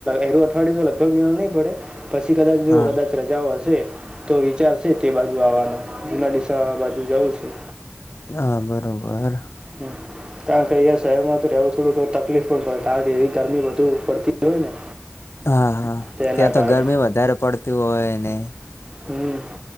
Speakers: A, on the right; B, on the left.
A: એરું અઠવાડય તો લગભગ નહીં પડે પછી કદાચ જો
B: હા
A: કદાચ રજાઓ હશે તો વિચાર છે તે બાજુ આવવાનો જુના ડીસાા બાજુ જવ છું.
B: હા બરોબર
A: હમ <inaudible> કારણ કે અહીંયા શહેરમાં તો રહેવું થોડું તકલીફ પણ પડે કારણ કે એવી ગરમી વધુ પડતી હોય ને?
B: હા હા
A: તેના
B: ત્યાં તો
A: કારણે
B: ગરમી વધારે પડતી હોય ને,
A: હમ